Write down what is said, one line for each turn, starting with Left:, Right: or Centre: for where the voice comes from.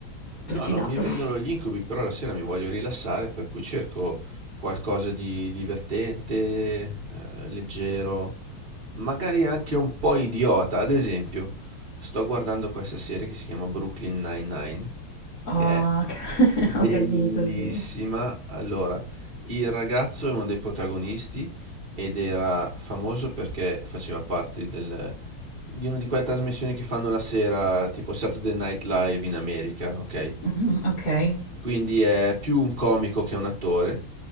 Right: No,
Left: trucidato.
Right: non mi vengono
Left: <laughs>
Right: gli incubi, però la sera mi voglio rilassare, per cui cerco qualcosa di divertente, eh, leggero, magari anche un po' idiota. Ad esempio, sto guardando questa serie che si chiama Brooklyn Nine-Nine,
Left: Oh,
Right: che è
Left: <laughs>
Right: bellissima.
Left: ho capito, sì.
Right: Allora, il ragazzo è uno dei protagonisti ed era famoso perché faceva parte del- di una di quelle trasmissioni che fanno la sera, tipo Saturday Night Live in America, ok?
Left: Mhm, Ok,
Right: quindi è più un comico che un attore.